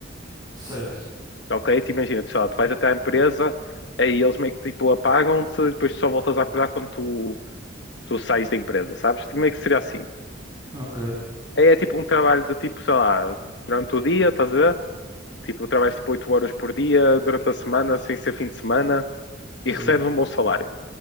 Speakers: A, on the right; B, on the left.
A: Certo.
B: ok? Tu imagina, tu, sei lá, tu vais até à empresa, aí eles meio que, tipo, apagam-te e depois tu só voltas a acordar quando tu, tu sais da empresa, sabes? Tipo, meio que seria assim.
A: Ok.
B: É, é tipo um trabalho de tipo, sei lá, durante o dia, estás a ver? Tipo, trabalhas tipo 8 horas por dia, durante a semana, sem ser fim de semana,
A: Sim.
B: e recebes um bom salário.